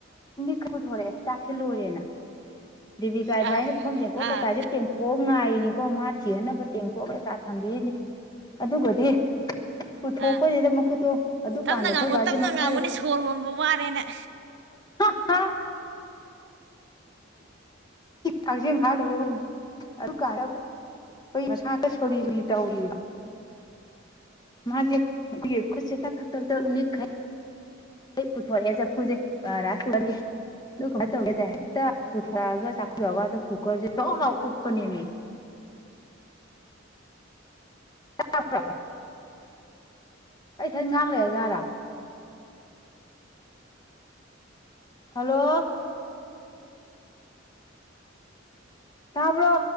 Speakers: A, on the left; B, on the right.
A: ꯅꯤꯛ ꯄꯨꯊꯣꯔꯛꯑꯦ ꯆꯥꯛꯁꯦ ꯂꯣꯏꯔꯦꯅ ꯦꯕꯤ ꯀꯥꯏ
B: ꯑꯥ
A: ꯚꯥꯏꯅ ꯈꯣꯝ ꯇꯦꯡꯀꯣꯛ
B: ꯑꯥ
A: ꯀꯩꯀꯥꯁꯦ ꯇꯦꯡꯐꯣꯛꯑ ꯉꯥꯏꯔꯤꯅꯤ ꯀꯣ ꯃꯥ ꯊꯤꯍꯟꯅꯕ ꯇꯦꯡꯊꯣꯛꯑ ꯀꯀꯥ ꯊꯝꯕꯤꯔꯤꯅꯤ ꯑꯗꯨꯒꯗꯤ ꯄꯨꯊꯣꯛꯄꯩꯁꯤꯗ
B: ꯑꯥ
A: ꯃꯈꯨꯠꯇꯣ ꯑꯗꯨꯀꯥꯟꯗ
B: ꯇꯞꯅ ꯉꯥꯡꯉꯨ
A: ꯑꯩꯈꯣꯏꯕꯥꯁꯦ
B: ꯇꯞꯅ
A: ꯃꯁꯥꯥꯁ
B: ꯉꯥꯡꯉꯨꯅꯦ ꯁꯣꯔ ꯍꯣꯟꯕ ꯋꯥꯔꯦꯅꯦ
A: ꯍꯥ ꯀꯁ ꯍꯜ ꯑꯣꯏꯕꯅꯤ ꯑꯗꯨ ꯀꯥꯟ ꯃꯁꯥꯀ ꯁꯣ ꯁ ꯇꯧꯔꯤꯕ ꯃꯥꯦꯁ ꯇ ꯈꯔ ꯃꯤꯅꯤ ꯈ ꯄꯨꯊꯔ ꯆ ꯐꯨꯖꯦ ꯑ ꯔꯁꯨ ꯑꯣꯏꯔꯦ ꯦ ꯍꯦꯛꯇ ꯄꯨꯊꯣꯔꯛꯑꯒ ꯆꯥꯈꯠꯂꯑꯒ ꯀꯨꯀꯔꯁꯦ ꯂꯥꯎ ꯎꯞꯄ ꯅꯦꯝꯉꯦ
B: ꯑ
A: ꯭ꯔ ꯑꯩ ꯊ ꯉꯥꯡ ꯂꯩꯔ ꯖꯥꯠꯔꯥ ꯍꯜꯂꯣ ꯀꯥꯕ꯭ꯔꯣ